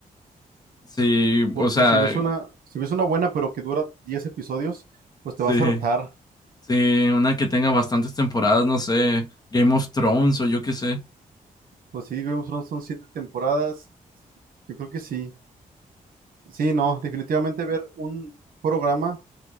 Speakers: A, on the left; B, on the right.
A: Sí,
B: Porque
A: o sea,
B: si ves una, si ves una buena pero que dura 10 episodios, pues te
A: sí,
B: vas a hartar.
A: sí, una que tenga bastantes temporadas, no sé, Game of Thrones o yo qué sé.
B: Pues sí, Game of Thrones son 7 temporadas. Yo creo que sí. Sí, no, definitivamente ver un programa